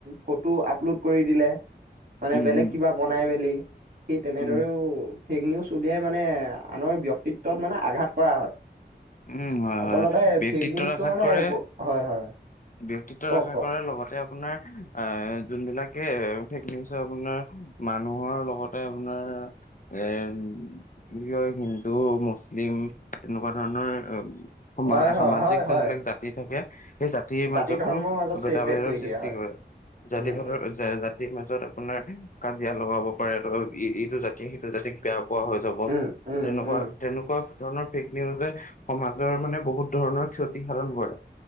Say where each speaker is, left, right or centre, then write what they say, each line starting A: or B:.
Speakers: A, on the right; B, on the left.
A: ফটো আপলোড কৰি দিলে। মানে,
B: উম
A: বেলেগ
B: উম
A: কিবা বনাই মেলি সেই তেনেদৰেও
B: উম
A: ফেক নিউজ উলিয়াই মানে, আনৰ ব্যক্তিত্বত মানে আঘাত কৰা হয়।
B: উম হয়
A: আচলতে
B: হয় হয়। ব্যক্তিত্বত
A: ফেক নিউজটো
B: আঘাত
A: মানে,
B: কৰে
A: হয়, হয়।
B: ব্যক্তিত্ব
A: কওক
B: আঘাত
A: কওক
B: কৰাৰ লগতে আপোনাৰ আ' যোনবিলাক কে আপোনাৰ মানুহৰ লগতে আপোনাৰ এ, কি কয়! হিন্দু মুছলিম তেনেকুৱা ধৰণৰ সমা
A: হয় হয়
B: সামাজিক
A: হয় হয়
B: যোনবিলাক জাতি থাকে। তিৰ মাজতো
A: জাতি ধৰ্মৰ মাজত
B: ভেদাভেদৰ
A: চেদ ভেদ কৰি
B: সৃষ্টি
A: দিয়া হয়
B: কৰে। জাতি
A: উম
B: বেদৰ
A: উম
B: জাতি জাতিৰ মাজত আপোনাৰ কাজিয়া লগাব পাৰে। ইটো জাতি সিটো জাতিক বেয়া পোৱা হৈ যাব।
A: উম উম
B: তেনেকুৱা,
A: উম
B: তেনেকুৱা ধৰণৰ ফেক নিউজে, সমাজৰ মানে বহুত ধৰণৰ ক্ষতি সাধন কৰে।